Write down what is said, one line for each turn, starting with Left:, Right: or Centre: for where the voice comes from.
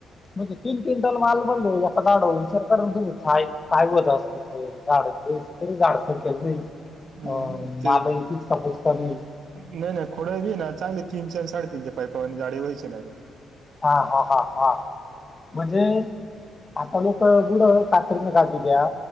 Left: म्हणजे तीन क्विंटल माल बनले एडव विसर करून ताय काय होत असल झाड तर झाडसक्याला नाही
Right: हम्म
Left: अ
Right: ते
Left: मालही किचका पुचका नाही
Right: नाही नाही खोड्या बी ना चांगले तीनच्या आणि साडेतीनच्या पायपावर जााडी व्हायची ना रे
Left: हा हा हा हा म्हणजे आता लोक गुड कात्रीने घाज द्या